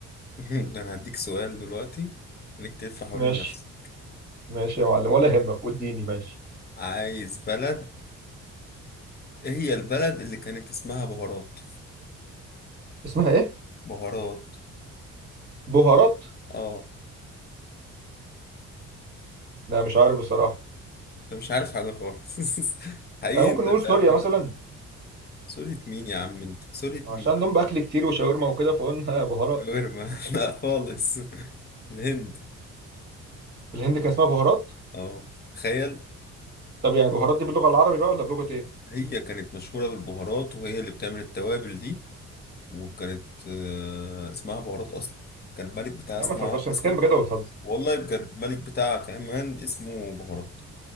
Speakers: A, on the left (about 30°); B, on the right (about 35°).
A: <laughs> أنا هديك سؤال دلوقتي خليك تلف حوالين
B: ماشي
A: نفسك
B: ماشي يا معلم ولا يهمك واديني ماشي
A: عايز بلد إيه هي البلد اللي كانت اسمها بهارات
B: اسمها ايه
A: بهارات
B: بهارات
A: آه
B: لا مش عارف بصراحه
A: أنت مش عارف حاجة خالص <laughs> حقيقي
B: آه ممكن
A: أنت
B: نقول
A: مش
B: سوريا
A: عارف حاجة
B: مثلا
A: سورية مين يا عم أنت سورية
B: عشان
A: مين
B: عندهم باكل كتير وشاورما وكده فقلنا <laughs> بهارات
A: شاورما <laughs> لا خالص الهند
B: الهند كان اسمها بهارات
A: آه تخيل
B: طب يعني بهارات دي باللغه العربي بقى ولا بلغه ايه
A: هي كانت مشهورة بالبهارات وهي اللي بتعمل التوابل دي وكانت آه، اسمها بهارات اصلا كان الملك بتاعها اسمها
B: يا عم ما تهزرش انت
A: اسمه
B: بتتكلم بجد ولا بتهزر
A: والله بجد الملك بتاعها كمان اسمه بهارات